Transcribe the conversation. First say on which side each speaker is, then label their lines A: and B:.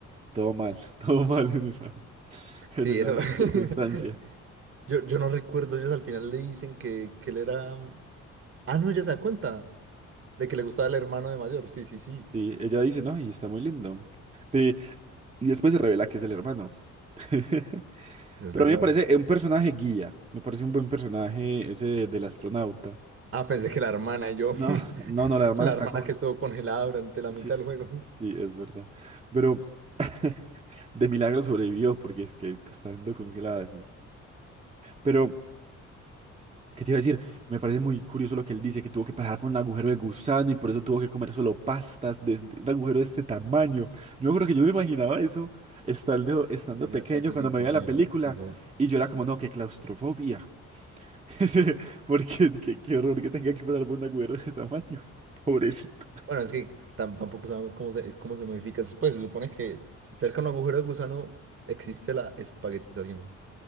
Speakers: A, on the right; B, on the right.
A: Todo mal, <laughs> todo mal en esa, en
B: Sí,
A: esa
B: eso. <laughs>
A: circunstancia.
B: Yo, yo no recuerdo, ellos al final le dicen que, que él era... mm, Ah, no, ella se da cuenta de que le gustaba el hermano de mayor. Sí, sí, sí.
A: Sí, ella dice, no, y está muy lindo. Pe- Y, después se revela que es el hermano. <laughs>
B: Es
A: Pero
B: verdad.
A: a mí me parece eh, un personaje guía, me parece un buen personaje ese de- del astronauta.
B: Ah, pensé que la hermana y yo,
A: No,
B: <laughs>
A: no, no, la hermana
B: la
A: está
B: hermana
A: con
B: que estuvo congelada durante la
A: Sí,
B: mitad del juego.
A: sí, es verdad. Pero <laughs> de milagro sobrevivió porque es que está estando congelada es Pero, ¿qué te iba a decir? Me parece muy curioso lo que él dice, que tuvo que pasar por un agujero de gusano y por eso tuvo que comer solo pastas de de un agujero de este tamaño. Yo creo que yo me imaginaba eso estando,
B: <laughs>
A: estando
B: Ella-
A: pequeño
B: Eso
A: cuando
B: es imposible,
A: me veía la película
B: ¿eh? Eso...
A: y yo era como,
B: sí.
A: no, qué claustrofobia. <laughs> Sí, Porque qué, qué horror que tenga que pasar por un agujero de ese tamaño. Pobrecito.
B: Bueno, es que tam- tampoco sabemos cómo se, es- cómo se modifica. Pues se supone que cerca de un agujero de gusano existe la espaguetización.